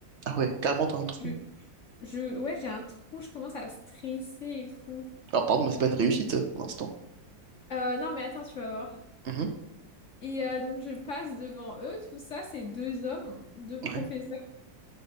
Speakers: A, on the right; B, on the left.
A: Ah ouais, carrément, t'as un trou.
B: Je, je- ouais, j'ai un trou, je commence à stresser et tout.
A: Alors, pardon, mais c'est pas une réussite euh, pour l'instant.
B: Euh, non, mais attends, tu vas voir.
A: Mhm.
B: Et euh, donc, je passe devant eux, tout ça, c'est deux hommes, deux professeurs.
A: Ouais.